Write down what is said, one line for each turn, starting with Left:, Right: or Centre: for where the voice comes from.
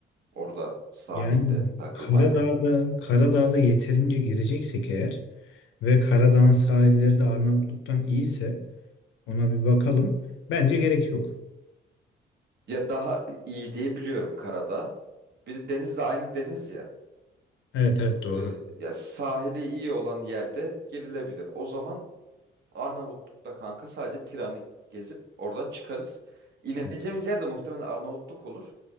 Right: orada sahilde
Left: Yani
Right: takılmaya.
Left: Karadağ'da Karadağ'da yeterince gireceksek eğer ve Karadağ'ın sahilleri de Arnavutluk'tan iyiyse ona bir bakalım. Bence gerek yok.
Right: Ya daha iyi diye biliyorum karada. Bir de deniz de aynı deniz ya.
Left: Evet evet doğru.
Right: E, ya sahili iyi olan yerde girilebilir. O zaman Arnavutluk'ta kanka sadece Tiran'ı gezip oradan çıkarız. İneceğimiz
Left: Hı.
Right: yer de muhtemelen Arnavutluk olur.